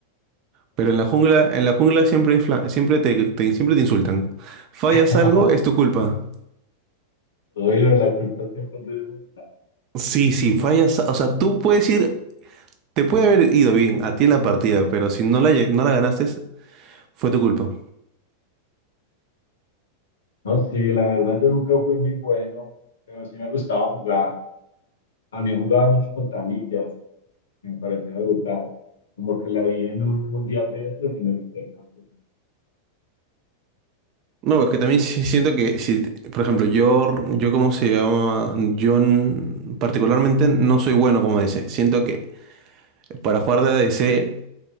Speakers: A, on the right; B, on the left.
A: Pero en la jungla, en la jungla siempre hay fla- siempre te, te- siempre te insultan. Fallas
B: <laughs>
A: algo, es tu culpa.
B: Oye, la culpa siempre es de uno.
A: Sí, sí, fallas, o sea, tú puedes ir, te puede haber ido bien a ti en la partida, pero si no la, lle- no la ganaste, Fue tu culpa.
B: No, sí, la verdad yo nunca fui muy bueno, pero sí me gustaba jugar. También jugaba mucho con Talilla me parecía brutal. Como que la vi en un mundial de esos y me gustó el campeón.
A: No, es que también si- siento que si, te- por ejemplo, yo, yo cómo se llama, yo n- particularmente no soy bueno como ADC. Siento que para jugar de ADC